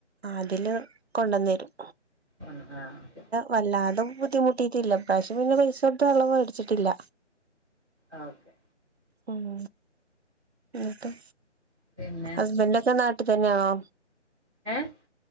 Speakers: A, on the right; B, in the centre.
A: ആഹ് അതില് കൊണ്ടന്നെരും
B: ഉം ആഹ് ഓക്കെ
A: വല്ലാതെ ബുദ്ധിമുട്ടിട്ടില്ല ഇപ്രാവശ്യം പിന്നെ പൈസ കൊടുത്ത് വെള്ളം മേടിച്ചിട്ടില്ല
B: ആഹ് ഓക്കെ
A: ഉം എന്നിട്ട്
B: പിന്നെ
A: ഹസ്ബന്റൊക്കെ നാട്ടി തന്നെയാണോ
B: ഏഹ്